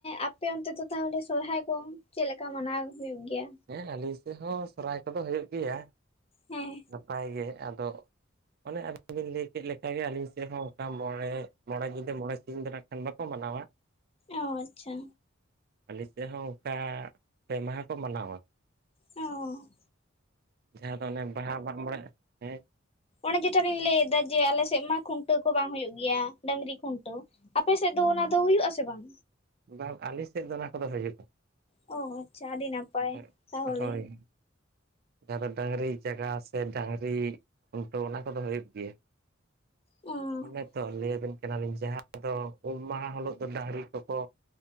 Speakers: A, on the left (about 30°); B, on the right (about 50°).
A: ᱟᱯᱮ ᱚᱱᱛᱮ ᱫᱚ ᱛᱟᱦᱚᱞᱮ ᱥᱚᱨᱦᱟᱭ ᱠᱚ ᱪᱮᱫ ᱞᱮᱠᱟ ᱢᱟᱱᱟᱣ ᱦᱩᱭᱩᱜ ᱜᱮᱭᱟ?
B: ᱦᱮᱸ ᱟᱹᱞᱤᱧ ᱥᱮᱫ ᱦᱚᱸ ᱥᱚᱨᱦᱟᱭ ᱠᱚᱫᱚ ᱦᱩᱭᱩᱜ ᱜᱮᱭᱟ
A: ᱦᱮᱸ
B: ᱱᱟᱯᱟᱭ ᱜᱮ ᱟᱫᱚ ᱚᱱᱮ ᱟᱵᱤᱱ ᱵᱤᱱ ᱞᱟᱹᱭ ᱠᱮᱫ ᱞᱮᱠᱟᱜ ᱜᱮ ᱟᱹᱞᱤᱧ ᱥᱮᱫ ᱦᱚᱸ ᱚᱱᱠᱟ ᱢᱚᱱᱮ ᱢᱚᱬᱮ ᱧᱤᱫᱟᱹ ᱢᱚᱬᱮ ᱥᱤᱧ ᱱᱟᱜ ᱠᱷᱟᱱ ᱵᱟᱠᱚ ᱢᱟᱱᱟᱣᱟ
A: ᱟᱪᱪᱷᱟ
B: ᱟᱞᱤᱧ ᱥᱮᱫ ᱦᱚᱸ ᱚᱱᱠᱟ ᱯᱮ ᱢᱟᱦᱟ ᱠᱚ ᱢᱟᱱᱟᱣᱟ
A: ᱚ
B: ᱡᱟᱦᱟᱸ ᱫᱚ ᱚᱱᱮ ᱵᱟᱦᱟ ᱢᱟᱜ ᱢᱚᱬᱮ ᱦᱮᱸ
A: ᱚᱱᱮ ᱡᱮᱴᱟ ᱞᱤᱧ ᱞᱟᱹᱭ ᱮᱫᱟ ᱡᱮ ᱟᱞᱮᱥᱮᱫ ᱢᱟ ᱠᱷᱩᱱᱴᱟᱹ ᱠᱚ ᱵᱟᱝ ᱦᱳᱭᱳᱜ ᱜᱮᱭᱟ ᱰᱟᱹᱝᱨᱤ ᱠᱷᱩᱱᱴᱟᱹᱣ ᱟᱯᱮᱥᱮᱫ ᱫᱚ ᱚᱱᱟ ᱫᱚ ᱦᱩᱭᱩᱜ ᱟᱥᱮ ᱵᱟᱝ
B: ᱵᱟᱝ ᱟᱹᱞᱤᱧ ᱥᱮᱫ ᱫᱚ ᱚᱱᱟ ᱠᱚᱫᱚ ᱦᱤᱭᱩᱜ-ᱟ
A: ᱚ ᱟᱪᱪᱷᱟ ᱟᱹᱰᱤ ᱱᱟᱯᱟᱭ
B: ᱵᱟᱜ
A: ᱛᱟᱦᱚᱞᱮ
B: ᱦᱳᱭ ᱡᱟᱦᱟᱸ ᱫᱚ ᱰᱟᱝᱨᱤ ᱡᱟᱜᱟᱣ ᱥᱮ ᱰᱟᱝᱨᱤ ᱠᱷᱩᱱᱴᱟᱹᱣ ᱚᱱᱟ ᱠᱚᱫᱚ ᱦᱩᱭᱩᱜ ᱜᱮᱭᱟ
A: ᱚᱸ
B: ᱚᱱᱮ ᱛᱚ ᱞᱟᱹᱭᱟᱵᱤᱱ ᱠᱟᱱᱟᱞᱤᱧ ᱡᱟᱦᱟᱸ ᱫᱚ ᱩᱢ ᱢᱟᱦᱟ ᱦᱤᱞᱳᱜ ᱫᱚ ᱰᱟᱹᱦᱨᱤ ᱠᱚᱠᱚ